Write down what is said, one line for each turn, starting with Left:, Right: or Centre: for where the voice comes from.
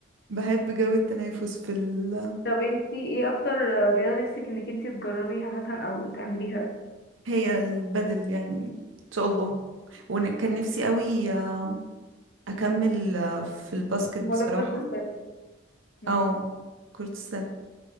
Right: بحب جو التنافس في ال...
Left: طب انتي ايه اكتر رياضه نفسك انك انتي تجربيها مثلا او تعمليها
Right: هي البدل يعني ان شاء الله وكان نفسي قوي آم، اكمل آه، في الباسكت
Left: الموضوع
Right: بصراحة
Left: كرة السله مم.
Right: او كرة السلة